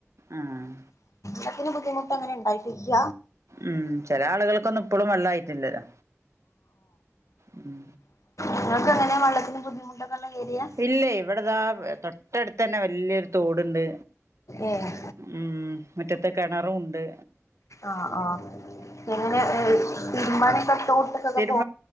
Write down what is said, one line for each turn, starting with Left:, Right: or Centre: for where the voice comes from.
Right: ആഹ്
Left: വെള്ളത്തിന് ബുദ്ധിമുട്ട് അങ്ങനെ ഉണ്ടായിട്ടില്ല.
Right: ഉം ചെല ആളുകൾക്കൊന്നും ഇപ്പളും വെള്ളായിട്ടില്ലല്ലോ ഉം
Left: നിങ്ങൾക്കെങ്ങനെ വെള്ളത്തിന് ബുദ്ധിമുട്ടൊ നല്ല എരിയാ
Right: ഇല്ലയ് ഇവിടതാ തൊട്ടടുത്തെന്നെ വല്യൊരു തോടുണ്ട്.
Left: ഏഹ്
Right: ഉം മുറ്റത്ത് കെണറുണ്ട്.
Left: ആഹ് ആഹ് എങ്ങനെ തിരുമ്പനൊക്കെ തോട്ടിലൊക്കെ പോ
Right: <unintelligible>